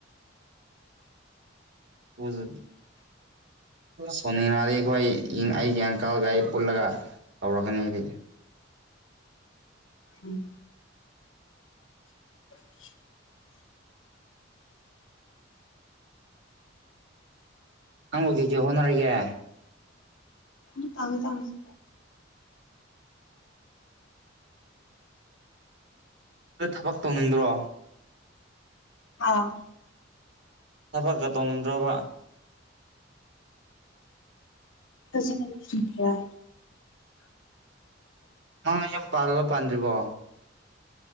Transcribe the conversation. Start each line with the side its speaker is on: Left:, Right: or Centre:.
Right: ꯍꯧꯖꯕꯤ ꯁꯣꯅꯤꯅꯥꯔꯤꯈꯣꯏ ꯏꯪ ꯑꯩ ꯒ꯭ꯌꯥꯡꯀꯥꯒ ꯑꯩ ꯄꯨꯜꯂꯒ ꯇꯧꯔꯀꯅꯦꯗꯤ
Left: ꯎꯝ <unintelligible>
Right: ꯍꯪꯒꯀꯦ ꯍꯣꯅꯔꯒ
Left: ꯑꯗꯨ ꯇ ꯑꯗꯨ ꯇꯁꯤ
Right: ꯑ ꯊꯕꯛ ꯇꯧꯅꯤꯡꯗ꯭ꯔꯣ
Left: ꯑꯥ
Right: ꯆꯐꯥ ꯀꯇꯣꯟ ꯔꯕ
Left: ꯑꯗꯨꯁꯤ ꯀꯩꯅ
Right: ꯃꯥ ꯌꯨꯝ ꯄꯥꯔꯕꯣ ꯄꯥꯥꯟꯗ꯭ꯔꯤꯕꯣ